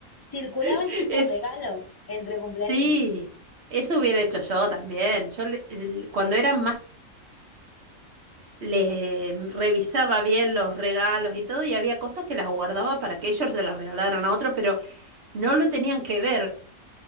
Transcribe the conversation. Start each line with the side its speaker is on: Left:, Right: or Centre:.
Left: Circulaba
Right: <laughs>
Left: el mismo
Right: es,
Left: regalo entre cumpleañitos.
Right: sí, eso hubiera hecho yo también. Yo le- el- cuando eran más les revisaba bien los regalos y todo, y había cosas que las guardaba para que ellos se las regalaran a otro, pero no lo tenían que ver.